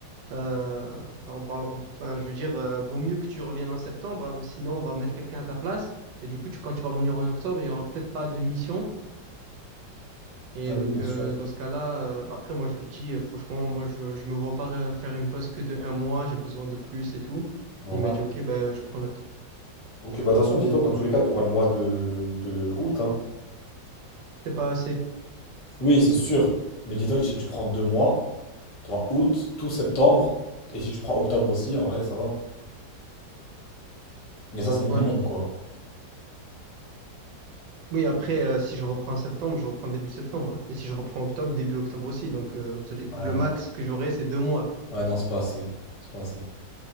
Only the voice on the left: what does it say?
Ah
oui, bien
sûr.
Normal.
Ok, bah de toute façon, dis-toi que dans tous les cas, tu auras le mois de, de août, hein.
Oui, c'est sûr. Mais dis-toi que si tu prends deux mois, tu auras août, tout septembre. Et si tu prends octobre aussi, en vrai, ça va. Mais ça, c'est minimum,
quoi.
Ouais,
non.
Ouais, non, c'est pas assez. C'est pas assez.